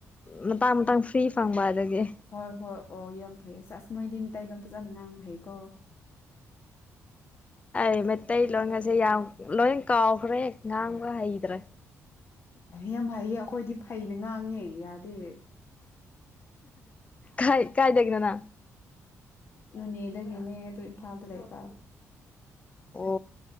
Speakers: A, on the left; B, on the left.
A: ꯃ ꯇꯥꯡꯇꯥꯡ ꯐꯔꯤ ꯐꯪꯕ ꯑꯗꯒꯤ
B: ꯍꯣꯏ ꯍꯣꯏ ꯑꯣ ꯌꯥꯝ ꯍ ꯐꯩ ꯆꯁ ꯅꯣꯏꯗꯤ ꯃꯤꯇꯩꯗꯣꯝ ꯐꯖꯅꯅꯥꯡꯕ ꯐꯩꯀꯣ
A: ꯑꯩ ꯃꯠꯇꯩ ꯂꯣꯏꯉꯁꯦ ꯌꯥꯎ ꯂꯣꯏ ꯀꯥꯎꯈ꯭ꯔꯦ ꯌꯦ ꯉꯥꯡꯒ ꯍꯩꯗ꯭ꯔꯦ
B: ꯍꯥꯏ ꯌꯥꯝ ꯍꯥꯏꯥꯏꯌꯦ ꯑꯩꯈꯣꯏꯗꯤ ꯐꯩꯅ ꯉꯥꯡꯉꯦ ꯌꯥꯗꯦ
A: ꯀꯥꯏ ꯀꯥꯏ ꯗꯒꯅꯅꯥ
B: ꯅꯅꯦꯗꯒꯤꯅꯦ ꯑꯗꯨ ꯏꯝꯐꯥꯜꯗ ꯂꯩꯕ
A: ꯑꯣ